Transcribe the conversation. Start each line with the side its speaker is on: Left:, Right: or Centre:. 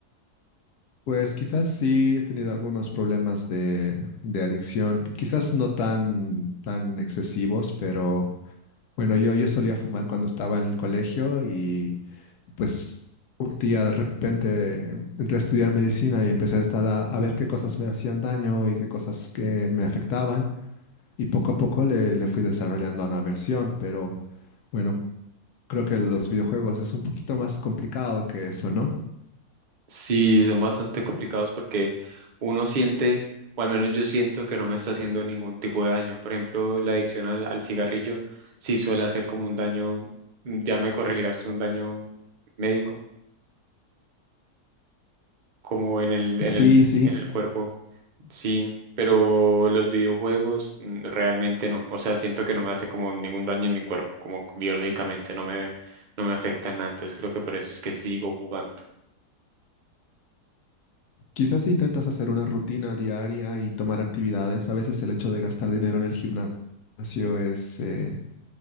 Left: pues quizás sí he tenido algunos problemas de, de adicción, quizás no tan, tan excesivos, pero bueno, yo, yo solía fumar cuando estaba en el colegio y pues un día de repente entré a estudiar medicina y empecé a estar a, a ver qué cosas me hacían daño y qué cosas que me afectaban y poco a poco le, le fui desarrollando una versión, pero bueno, creo que los videojuegos es un poquito más complicado que eso, ¿no?
Right: Sí, son bastante complicados porque uno siente, o al menos yo siento que no me está haciendo ningún tipo de daño. Por ejemplo, la adicción al, al cigarrillo sí suele hacer como un daño, ya me corregirás tú, un daño médico como en el, en
Left: Sí,
Right: el,
Left: sí.
Right: en el cuerpo, sí, pero los videojuegos mm, realmente no, o sea, siento que no me hace como ningún daño en mi cuerpo, como biológicamente no me, no me afecta en nada, entonces creo que por eso es que sigo jugando.
Left: Quizás si intentas hacer una rutina diaria y tomar actividades, a veces el hecho de gastar dinero en el gimnasio es, eh,